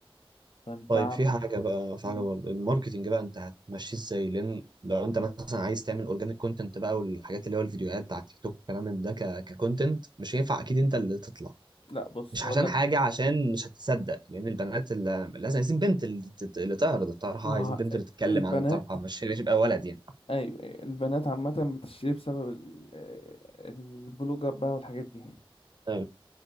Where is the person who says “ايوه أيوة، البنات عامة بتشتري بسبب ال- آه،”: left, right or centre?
Left